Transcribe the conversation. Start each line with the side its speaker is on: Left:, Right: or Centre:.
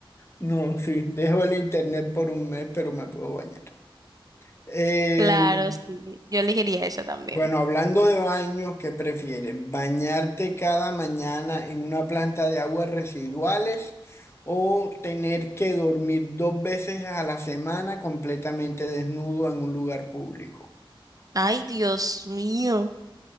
Left: no, sí, dejo el internet por un mes, pero me puedo bañar. Em,
Right: claro, sí. Yo elegiría esa también.
Left: bueno, hablando de baños, ¿qué prefieres? ¿Bañarte cada mañana en una planta de aguas residuales o tener que dormir dos veces a la semana completamente desnudo en un lugar público?
Right: Ay, Dios mío.